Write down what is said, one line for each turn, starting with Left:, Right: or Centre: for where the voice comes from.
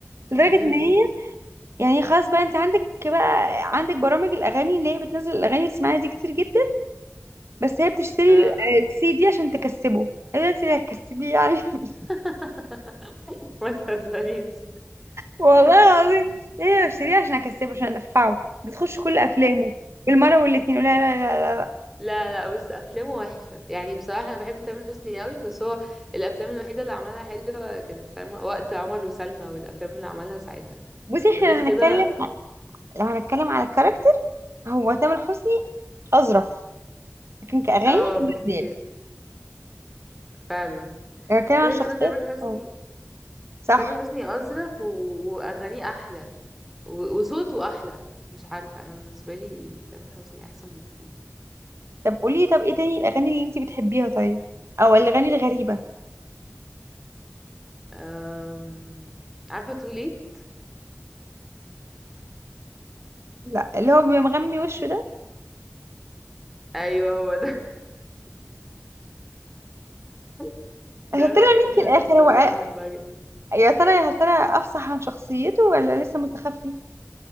Right: لدرجة
Centre: امم
Right: ان هي يعني خلاص بقى انت عندك بقى عندك برامج الاغاني اللي هي بتنزل الاغاني وتسمعيها دي كتير جدا بس هي بتشتري
Centre: اه
Right: ال- السي دي عشان تكسبه ايوه انت اللي هتكسبيه يعني <laughs>
Centre: <laughs> ما تهزريش
Right: والله العظيم هي بشتريه عشان اكسبه عشان ادفعه بتخش كل افلامه بالمرة والاتنين لا لا لا لا
Centre: لا لا بس افلامه وحشه يعني بصراحه انا بحب تامر حسني قوي بس هو الافلام الوحيده اللي عملها حلوه كانت فاهمه وقت عمر وسلمى والافلام اللي عملها ساعتها
Right: بصي احنا
Centre: غير
Right: لو
Centre: كده
Right: هنتكلم لو هنتكلم على الكاركتر هو تامر حسني أظرف لكن كأغاني
Centre: اه بكتير
Right: عمرو دياب
Centre: فعلا
Right: لو هنتكلم
Centre: كده
Right: عن شخصيات
Centre: كده تامر حسني
Right: اه صح
Centre: تامر حسني اظرف و... واغانيه احلى و... وصوته احلى مش عارفه انا بالنسبه لي تامر حسني احسن بكتير
Right: طب قولي طب ايه تاني الأغاني اللي انتي بتحبيها طيب او الأغاني الغريبة
Centre: أم... عارفة too late
Right: لا اللي هو بيمغمي وشه ده
Centre: ايوه هو ده <laughs> ده
Right: يا ترى
Centre: من الاغاني
Right: مين في
Centre: الغريبة
Right: الآخر هو
Centre: اللي
Right: أ-
Centre: انا بحبها جدا
Right: يا ترى يا ترى أفصح عن شخصيته ولا لسه مستخفي